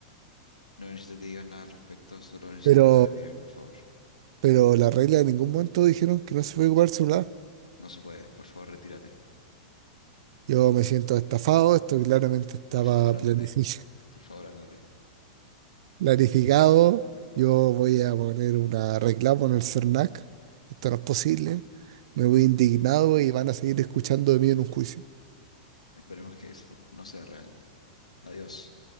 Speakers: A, on the left; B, on the right.
A: no necesito que digas nada al respecto, solo necesito
B: Pero,
A: que te retires, por favor.
B: pero la regla en ningún momento dijeron que no se puede ocupar el celular.
A: No se puede, por favor, retírate.
B: Yo me siento estafado, esto claramente estaba
A: Por favor, ándate.
B: planificado
A: Por favor, ándate.
B: Planificado, yo voy a poner una reclamo en el CERNAC. Esto no es posible. Me voy indignado y van a seguir escuchando de mí en un juicio.
A: Esperemos que eso no sea real. Adiós.